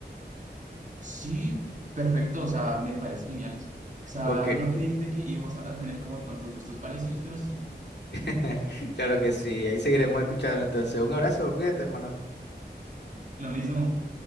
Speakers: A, on the right; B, on the left.
A: Sí, perfecto, o sea, me parece genial. O sea,
B: Ok.
A: no creí de que íbamos a a tener como tantos gustos parecidos, pero sí,
B: <laughs> Claro que sí, ahí seguiremos escuchando entonces. Un abrazo, cuídate, hermano.
A: lo mismo.